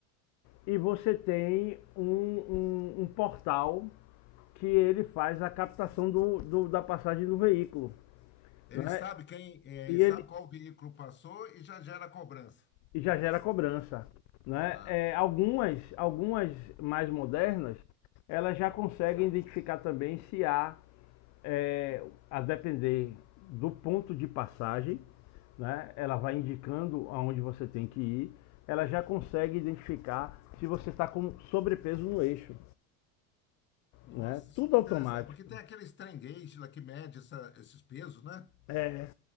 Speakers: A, on the left (about 45°); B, on the left (about 25°).
A: e você tem um, um- um portal que ele faz a captação do- do- da passagem do veículo,
B: Ele
A: né?
B: sabe quem, é,
A: E
B: ele sabe
A: ele,
B: qual veículo passou e já gera cobrança.
A: e já gera cobrança. Né?
B: Ah,
A: É, algumas, algumas mais modernas, elas já conseguem identificar também se há, é, a depender do ponto de passagem, né? ela vai indicando aonde você tem que ir, ela já consegue identificar se você está com sobrepeso no eixo.
B: nossa,
A: Né?
B: super
A: Tudo automático.
B: interessante. É porque tem aqueles trem gauge lá que mede essa- esses pesos, né?
A: É,